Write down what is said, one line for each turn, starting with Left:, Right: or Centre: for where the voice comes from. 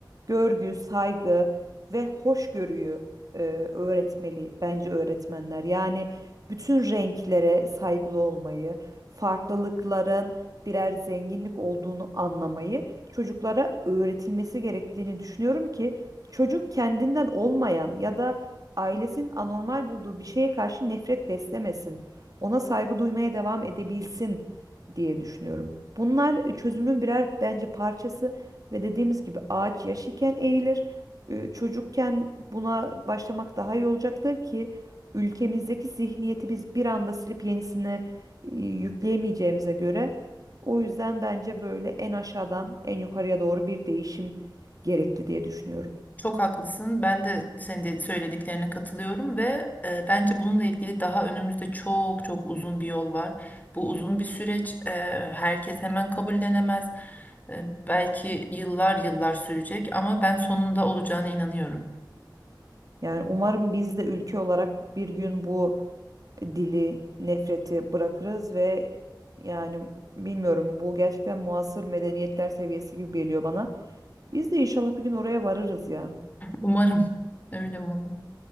Right: görgü, saygı ve hoşgörüyü e, öğretmeli bence öğretmenler. Yani bütün renklere saygılı olmayı, farklılıkların birer zenginlik olduğunu anlamayı çocuklara öğretilmesi gerektiğini düşünüyorum ki çocuk kendinden olmayan ya da ailesinin anormal bulduğu bir şeye karşı nefret beslemesin. Ona saygı duymaya devam edebilsin diye düşünüyorum. Bunlar e, çözümün birer bence parçası ve dediğimiz gibi ağaç yaş iken eğilir. E, Çocukken buna başlamak daha iyi olacaktır ki ülkemizdeki zihniyeti biz bir anda silip yenisini e, yükleyemeyeceğimize göre o yüzden bence böyle en aşağıdan en yukarıya doğru bir değişim gerekli diye düşünüyorum.
Left: Çok haklısın. Ben de senin de söylediklerine katılıyorum ve e, bence bununla ilgili daha önümüzde çok çok uzun bir yol var. Bu uzun bir süreç. e, herkes hemen kabullenemez. E, belki yıllar yıllar sürecek ama ben sonunda olacağına inanıyorum.
Right: Yani umarım biz de ülke olarak bir gün bu dili, nefreti bırakırız ve yani bilmiyorum bu gerçekten muasır medeniyetler seviyesi gibi geliyor bana. Biz de inşallah bir gün oraya varırız ya.
Left: Umarım. Öyle umarım.